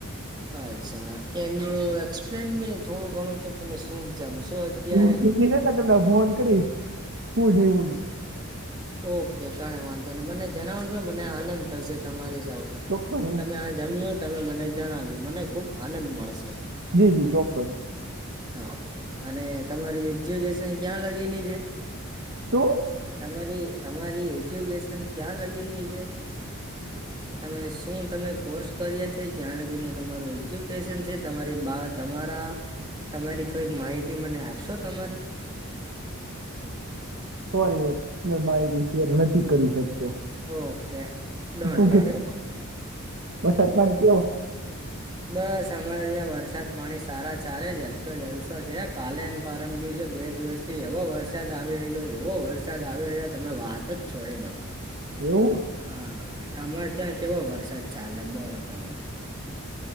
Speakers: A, on the right; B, on the right.
A: અચ્છા, કેન યુ એક્સપ્લેન મી થોડું ઘણું કે તમે શું જમશો અત્યારે
B: હું જમીને ને તમને ફોન કરીશ શું જેવું
A: ઓકે કઈ વાંધો નહી. મને જણાવજો મને આનંદ થશે તમારી સાથે
B: ચોક્કસ
A: કે
B: હું
A: તમે આ જમ્યું તમે મને જણાવ્યું. મને ખુબ આનંદ મળશે.
B: જી જી ચોક્કસ
A: ઓકે, અને તમારી એજ્યુકેશન ક્યાં લગીની છે?
B: શું?
A: તમારી તમારી એજ્યુકેશન ક્યાં લગીની છે?
B: <inaudible>
A: તમે શું તમે કોર્સ કર્યા છે? ક્યાં લગીનું તમારું એજ્યુકેશન છે? તમારી બા તમારા તમારી થોડી માહિતી મને આપશો તમારી?
B: સોરી હું <unintelligible> માહિતી શેર નથી કરી શકતો.
A: ઓકે ડોન્ટ
B: શું
A: વરી.
B: કે વરસાદ પાણી કેવો
A: બસ આમ અમારે અઈયા વરસાદ પાણી સારા ચાલે જલસો જલસો છે કાલેન પરમ દિવસે બે દિવસ થી એવો વરસાદ આવી રહ્યો એવો વરસાદ આવી રહ્યો તમે વાત જ છોડી દો.
B: એવું?
A: હા, તમારે ત્યાં કેવો વરસાદ ચાલે બોલો તમે?